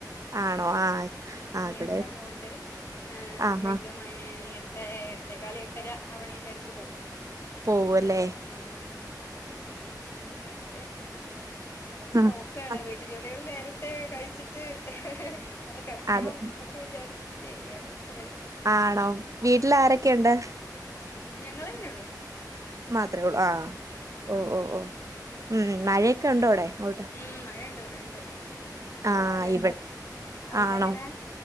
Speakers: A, on the right; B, on the left.
A: ആണോ ആഹ്
B: ഉം വെള്ളിയാഴ്ച
A: ആഹ് ഇവിടെ
B: ആവോണ്ട് ഏഹ്
A: ആഹ്
B: എട്ട്
A: ആഹ്
B: മണി <unintelligible> എട്ട് ഏട്ടെ എട്ടേകാല് എട്ടര അവണേന്റെ എടക്ക് പോവും.
A: പോവു അല്ലേ?
B: ഉം ഉം ഉം അപ്പൊ ഇന്ന് നേരത്തെ
A: ആഹ്
B: നോക്കാണ്, വീട്ടു ജോലികള് നേരത്തെ, കഴിച്ചിട്ട് ഒന്ന് കെടക്കണം
A: അതെ
B: ന്നൊക്കെ വിചാരിച്ചിട്ട് ചെയ്യാണ്. വേഗം
A: ആണോ, വീട്ടിൽ ആരൊക്കെയുണ്ട്?
B: ഞങ്ങളെന്നെ ഇള്ളൂ.
A: മാത്രേ ഒള്ളൂ. ആഹ് ഓഹ് ഓഹ് ഓഹ് ഉം. മഴയൊക്കെ ഉണ്ടോ അവിടെ? അങ്ങോട്ട്
B: ഉം. മഴണ്ട്, മഴണ്ട് ഇന്ന്
A: ആഹ്
B: മഴണ്ട്.
A: ഇവ
B: അവിടെ
A: ആണോ
B: എങ്ങനാ?